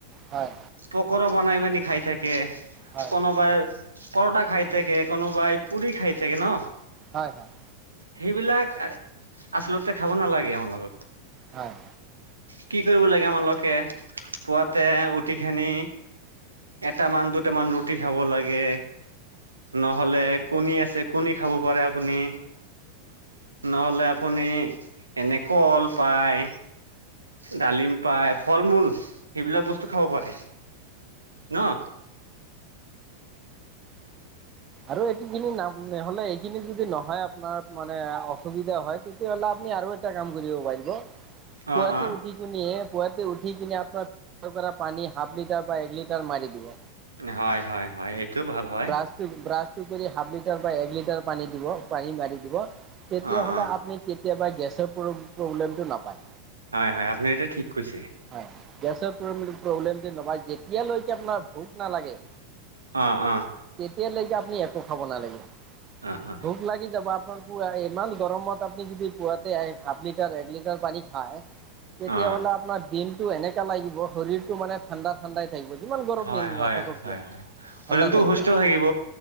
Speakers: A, on the right; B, on the right.
A: হয় হয়
B: পকৰা বনাই মানি খাই থাকে।
A: হয়
B: কোনোবাই পৰঠা খাই থাকে, কোনোবাই পুৰি খাই থাকে ন'?
A: হয়, হয়।
B: সেইবিলাক আ-আচলতে খাব নালাগে আমাৰ লগত।
A: হয়।
B: কি কৰিব লাগে আমালোকে, পুৱাতে উ টি খানি এটামান-দুটামান ৰুটি খাব লাগে। নহ'লে কণী আছে, কণী খাব পাৰে আপুনি। নহ'লে আপুনি এনে কল পায়, ডালিম পা পাই, ফল-মূল সেইবিলাক বস্তু খাব পাৰে। ন'?
A: আৰু এইটো খিনি নে-নে-নহ'লে এইখিনি যদি নহয় আপোনাৰ মানে, অসুবিধা হয়, তেতিয়া হ'লে আপুনি আৰু এটা কাম কৰিব পাৰিব,
B: অ
A: পুৱাতে
B: অ
A: উঠি কিনিয়ে পুৱাতে উঠি কিনে আপোনাৰ <unintelligible> কৰা পানী হাফ লিটাৰ বা এক লিটাৰ মাৰি দিব।
B: হয়, হয়, হয়, এইটো ভাল হয়।
A: ব্ৰাছটো ব্ৰাছটো কৰি হাফ লিটাৰ বা এক লিটাৰ পানী দিব, পানী মাৰি দিব, তেতিয়াহ'লে
B: অ অ
A: আপনি কি কেতিয়াবা গেছৰ প্ৰব-প্ৰব্লেমটো নাপায়।
B: হয়, হয়, আপুনি এইটো ঠিক কৈছে।
A: হয়, গেছৰ প্ৰব্লে-প্ৰব্লেমটো নাপাই, যেতিয়ালৈকে আপোনাৰ ভোক নালাগে,
B: অ' অ',
A: তেতিয়ালৈকে আপুনি একো খাব নালাগে।
B: অ অ
A: ভোক লাগি যাব আপোনাৰ পুৱা এ ইমান গৰমত আপুনি যদি পুৱাতে এ-হাফ লিটাৰ এক লিটাৰ পানী খায়, তেতিয়াহ'লে
B: অ
A: আপ্‌নাৰ দিনটো এনেকা লাগিব, শৰীৰটো মানে ঠাণ্ডা-ঠাণ্ডা থাকিব। যিমান গৰম
B: হয়
A: দিন নাথাকক
B: হয় হয়
A: কিয়,
B: হয় শৰীৰটো
A: ঠাণ্ডা থাকি
B: সুস্থ
A: যাব।
B: থাকিব